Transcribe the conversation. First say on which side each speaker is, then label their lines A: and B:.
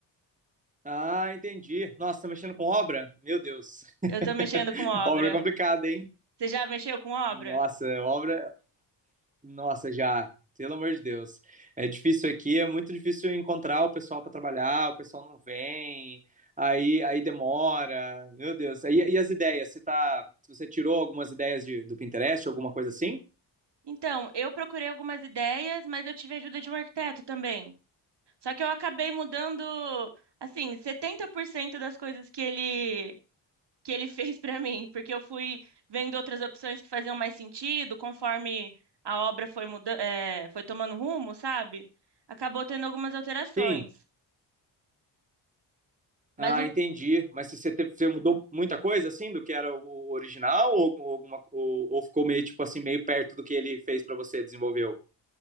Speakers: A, on the right; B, on the right.
A: Ah, entendi. Nossa, tá mexendo com obra? Meu Deus. <laughs>
B: Eu tô mexendo com obra.
A: Obra é complicada, hein?
B: Você já mexeu com obra?
A: Nossa, obra. Nossa, já. Pelo amor de Deus. É difícil aqui, é muito difícil encontrar o pessoal para trabalhar, o pessoal não vem, aí, aí demora. Meu Deus. E, e as ideias? Você tá... Você tirou algumas ideias de- do Pinterest, alguma coisa assim?
B: Então, eu procurei algumas ideias, mas eu tive a ajuda de um arquiteto também. Só que eu acabei mudando, assim, 70% das coisas que ele que ele <laughs> fez pra mim, porque eu fui vendo outras opções que faziam mais sentido, conforme a obra foi muda é, foi tomando rumo, sabe? Acabou tendo algumas alterações.
A: Sim. Ah,
B: Mas o
A: entendi. Mas se você, teve- você mudou muita coisa assim do que era o original ou, algum- alguma, ou, ou ficou meio tipo assim meio perto do que ele fez pra você desenvolveu?